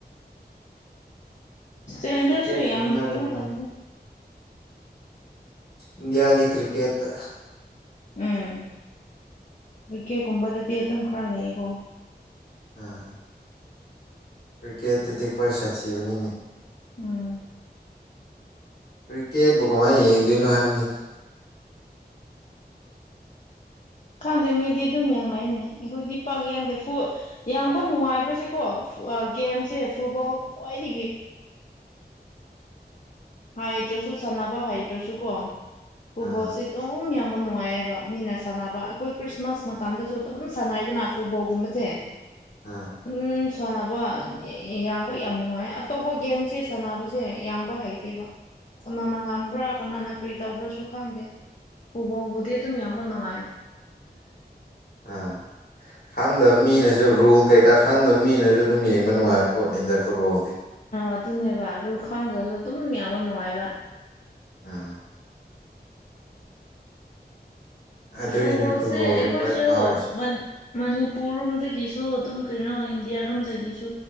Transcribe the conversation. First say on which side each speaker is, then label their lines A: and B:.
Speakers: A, on the left; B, on the left.
A: ꯁ꯭ꯇꯦꯟꯗ꯭ꯔꯁꯨꯨ
B: ꯀ꯭ꯔꯤꯀꯦꯠꯀꯨꯝꯕꯗ
A: ꯌꯥꯝ
B: ꯉꯥꯛꯇꯅꯤ
A: ꯀꯩꯅꯣ ꯇꯧꯕꯒꯨꯝ
B: ꯃꯣꯏ ꯏꯟꯗꯤꯌꯥꯗꯤ ꯀ꯭ꯔꯤꯀꯦꯠꯇ
A: ꯎꯝ ꯀ꯭ꯔꯤꯀꯦꯠꯀꯨꯝꯕꯗꯗꯤ ꯑꯗꯨꯝ ꯈꯔ ꯂꯩꯌꯦꯀꯣ
B: ꯑꯥ ꯀ꯭ꯔꯤꯀꯦꯠꯇꯗꯤ ꯈ꯭ꯋꯥꯏ ꯁꯥꯊꯤꯕꯅꯤꯅꯦ
A: ꯎꯝ
B: ꯀ꯭ꯔꯤꯀꯦꯠꯕꯨ ꯀꯃꯥꯏ ꯌꯦꯡꯗꯣꯏꯅꯣ ꯍꯥꯏꯕꯅꯤ
A: ꯈꯪꯗꯦ ꯃꯤꯗꯤ ꯑꯗꯨꯝ ꯌꯦꯡꯅꯩꯅꯦ ꯑꯩꯈꯣꯏꯗꯤ ꯄꯥꯛ ꯌꯥꯡꯗꯦ ꯐꯨ ꯌꯥꯡꯕ ꯅꯨꯡꯉꯥꯏꯕꯁꯦꯀꯣ ꯐꯨꯑꯥ ꯒꯦꯝꯁꯦ ꯐꯨꯠꯕꯣꯜ ꯈ꯭ꯋꯥꯏꯗꯒꯤ ꯍꯥꯏꯗ꯭ꯔꯁꯨ ꯁꯥꯟꯅꯕ ꯍꯩꯇ꯭ꯔꯁꯨ ꯀꯣ ꯐꯨꯠꯕꯣꯜꯁꯤ
B: ꯑꯥ
A: ꯑꯗꯨꯝ ꯌꯥꯝꯕ ꯅꯨꯡꯉꯥꯏꯌꯦ ꯍꯥꯏꯕ ꯃꯤꯅ ꯁꯥꯟꯅꯕ ꯑꯩꯈꯣꯏ ꯈ꯭ꯔꯤꯁꯃꯥꯁ ꯃꯇꯝꯗꯁꯨ ꯑꯗꯨꯝ ꯁꯥꯟꯅꯩꯗꯅ ꯐꯨꯠꯕꯣꯜꯒꯨꯝꯕꯆꯦ <inaudible>
B: ꯑ
A: ꯎꯝ ꯁꯥꯟꯅꯕ ꯌꯥꯡꯕ ꯌꯥꯝ ꯅꯨꯡꯉꯥꯏꯌꯦ ꯑꯇꯣꯞꯄ ꯒꯦꯝꯁꯦ ꯁꯥꯟꯅꯕꯁꯦ ꯌꯥꯡꯕ ꯍꯩ ꯂꯩꯠꯇꯦꯕ ꯀꯅꯥꯅ ꯉꯝꯕ꯭ꯔꯥ ꯀꯅꯥꯅ ꯀꯔꯤ ꯇꯧꯕ꯭ꯔꯥꯁꯨ ꯈꯪꯗꯦ ꯄꯨꯕꯣꯕꯨꯗꯤ ꯑꯗꯨꯝ ꯌꯥꯝꯌꯥꯝꯕ ꯅꯨꯡꯉꯥꯏ
B: ꯑꯥ ꯈꯪꯗꯕ ꯃꯤꯅꯁꯨ ꯔꯨꯜ ꯀꯩꯀꯥ ꯈꯪꯗꯕ ꯃꯤꯅꯁꯨ ꯑꯗꯨꯝ ꯌꯦꯡꯕ ꯅꯨꯡꯉꯥꯏꯕ ꯄꯣꯠꯅꯤꯗ ꯐꯨꯠꯕꯣꯜꯗꯤ
A: ꯑꯗꯨꯅꯦꯕ ꯔꯨ ꯈꯥꯡꯗ꯭ꯔꯁꯨ ꯑꯗꯨꯝ ꯌꯥꯡꯕ ꯅꯨꯡꯉꯥꯏꯕ
B: ꯑꯥ ꯑꯗꯨꯏꯅꯦ
A: ꯐꯨꯕꯣꯁꯦ
B: ꯐꯨꯠꯕꯣꯜꯗꯤ
A: ꯑꯩꯈꯣꯏꯁꯦꯍꯣ
B: ꯈ꯭ꯋꯥꯏ ꯐꯥꯎꯔꯤꯁꯦ
A: ꯃ ꯃꯅꯤꯄꯨꯔ ꯔꯣꯝꯗꯒꯤꯁꯨ ꯑꯗꯨꯝ ꯀꯩꯅꯣ ꯏꯟꯗꯤꯌꯥꯔꯣꯝꯗꯒꯤꯁꯨ